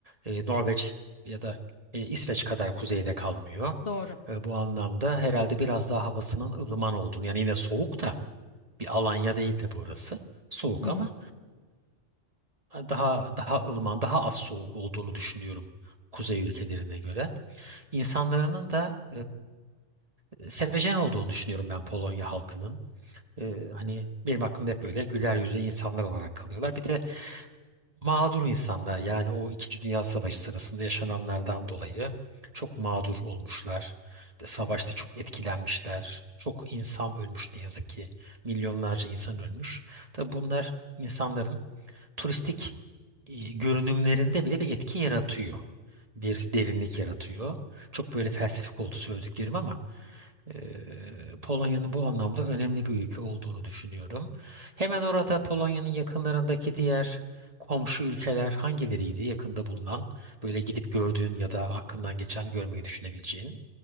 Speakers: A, on the right (about 30°); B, on the left (about 50°).
A: e, Norveç ya da e, İsveç kadar kuzeyde kalmıyor.
B: doğru.
A: E, bu anlamda herhalde biraz daha havasının ılıman olduğunu yani yine soğuk da bir Alanya değil tabii orası. Soğuk
B: Hı hı.
A: ama daha daha ılıman, daha az soğuk olduğunu düşünüyorum kuzey ülkelerine göre. İnsanlarının da e, sevecen olduğunu düşünüyorum ben Polonya halkının. E, hani benim aklımda hep böyle güler yüzlü insanlar olarak kalıyorlar. Bir de mağdur insanlar yani o İkinci Dünya Savaşı sırasında yaşananlardan dolayı çok mağdur olmuşlar. De, Savaşta çok etkilenmişler. Çok insan ölmüş ne yazık ki. Milyonlarca insan ölmüş. Tabii bunlar insanların turistik e, görünümlerinde bile bir etki yaratıyor. Bir derinlik yaratıyor. Çok böyle felsefik oldu söylediklerim ama e, Polonya'nın bu anlamda önemli bir ülke olduğunu düşünüyorum. Hemen orada Polonya'nın yakınlarındaki diğer komşu ülkeler hangileriydi yakında bulunan böyle gidip gördüğün ya da aklından geçen görmeyi düşünebileceğin?